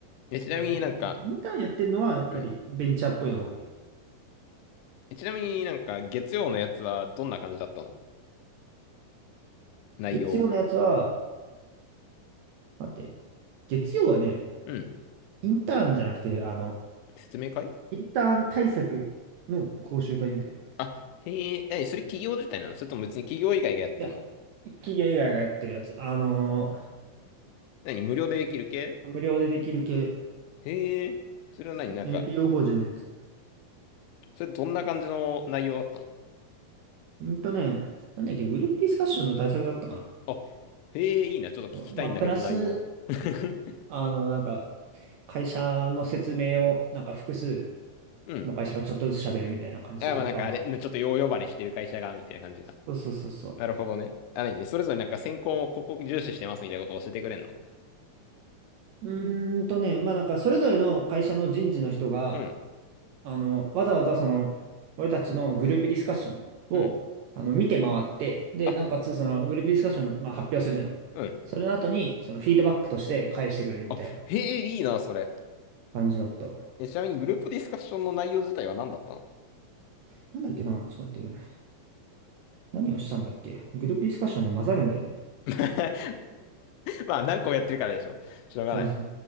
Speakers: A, on the left (about 80°); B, on the right (about 85°).
A: え、ちなみになんか、
B: 感じ。やっぱね、インターンやってるのは、やっぱりベンチャーっぽいのが多い。
A: うん。え、ちなみになんか、月曜のやつはどんな感じだったの内容。
B: 月曜のやつは、待って、月曜はね、
A: うん。
B: インターンじゃなくて、あの、
A: 説明会
B: インターン対策の講習会みたいな。
A: あ、へえ、え、それ企業自体なのそれとも別に企業以外がやってんの
B: で企業以外がやってるやつ。あのー
A: 何無料でできる系
B: 無料でできる系、
A: へえ、それは何なんか、
B: NPO 法人のやつ。
A: それどんな感じの内容だったの
B: うんとね、なんだっけ、グループディスカッションの対策だったかな。
A: あ、へえ、いいな。ちょっと聞きたいんだけど、
B: まあ、プラス、
A: 内容。<laughs>
B: あの、なんか、会社の説明を、なんか複数
A: うん。
B: の会社がちょっとずつ喋るみたいな感じの場もあって。
A: あ、まあなんかあれ、ちょっとよう呼ばれしてる会社が、みたいな感じが。
B: そうそうそうそう。
A: なるほどね。あ、何それぞれなんか選考をここ重視してますみたいなことを教えてくれんの
B: うーんとね、まあなんか、それぞれの会社の人事の人が、
A: うん、
B: あの、わざわざその、俺たちのグループディスカッションを、
A: うん。
B: あの、見て回って、で、
A: あ、
B: なおかつその、グループディスカッション、まあ、発表するじゃん。
A: うん。
B: それの後に、その、フィードバックとして返してくれるみたいな
A: あ、へえ、いいな、それ。
B: 感じだった。
A: えちなみにグループディスカッションの内容自体は何だったの
B: なんだっけな、ちょっと待ってね。何をしたんだっけグループディスカッションね、混ざるんだよね。
A: <laughs> まあ何個もやってるからでしょ。
B: <laughs>
A: しょうがない。
B: そう。